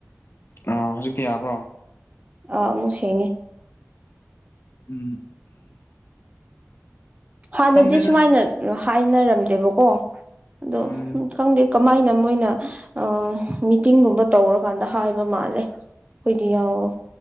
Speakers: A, on the left (about 45°); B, on the right (about 25°).
A: ꯑꯥ ꯍꯧꯖꯤꯛꯇꯤ ꯌꯥꯕ꯭ꯔꯣ
B: ꯑꯥ ꯑꯃꯨꯛ ꯁꯦꯡꯉꯤ
A: ꯎꯝ
B: ꯍꯥꯟꯅꯗꯤ
A: ꯈꯪꯗꯦꯗ
B: ꯁꯨꯃꯥꯏꯅ ꯍꯥꯏꯅꯔꯝꯗꯦꯕꯀꯣ ꯑꯗꯣ
A: ꯎꯝ
B: ꯈꯪꯗꯦ ꯀꯃꯥꯏꯅ ꯃꯣꯏꯅ ꯑꯥ ꯃꯤꯇꯤꯡꯒꯨꯝꯕ ꯇꯧꯔꯀꯥꯟꯗ ꯍꯥꯏꯕ ꯃꯥꯜꯂꯦ ꯑꯩꯈꯣꯏꯗꯤ ꯌꯥꯎ